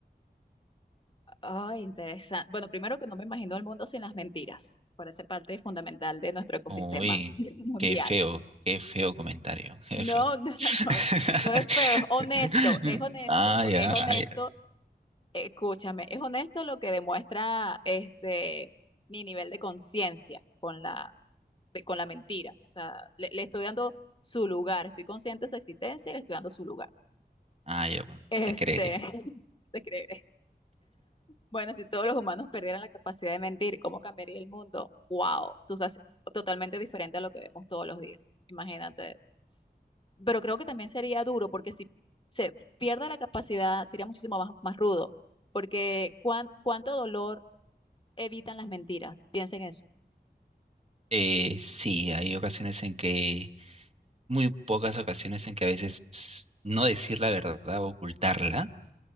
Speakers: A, on the left; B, on the right.
A: Ay, interesante. Bueno, primero que no me imagino el mundo sin las mentiras. Parece parte fundamental de nuestro ecosistema
B: Uy,
A: <laughs> mundial.
B: qué feo, qué feo comentario, <laughs> qué
A: No,
B: feo comentario.
A: no,
B: <laughs>
A: no, es no es feo, es honesto, es honesto,
B: Ah,
A: lo-
B: ya,
A: es honesto,
B: ah, <laughs> ya,
A: escúchame, es honesto lo que demuestra este mi nivel de conciencia con la de- con la mentira. O sea, le, le estoy dando su lugar, estoy consciente de su existencia y le estoy dando su lugar.
B: Ah, ya, bueno,
A: Este,
B: te creeré.
A: <laughs> te creeré. Bueno, si todos los humanos perdieran la capacidad de mentir, ¿cómo cambiaría el mundo? ¡Wow! Susa- totalmente diferente a lo que vemos todos los días. Imagínate. Pero creo que también sería duro, porque si se pierde la capacidad, sería muchísimo más, más rudo, porque cuán- cuánto dolor evitan las mentiras. Piensen eso
B: Eh, sí, hay ocasiones en que, muy pocas ocasiones en que a veces no decir la verdad o ocultarla